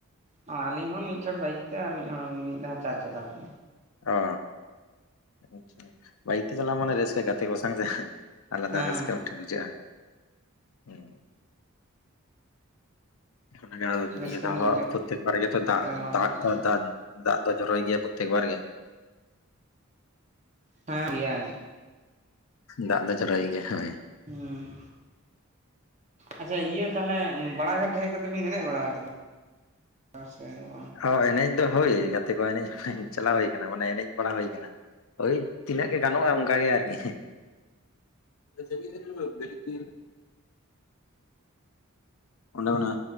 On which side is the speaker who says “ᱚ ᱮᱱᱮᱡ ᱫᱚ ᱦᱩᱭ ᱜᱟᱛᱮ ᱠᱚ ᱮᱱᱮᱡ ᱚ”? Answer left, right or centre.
Left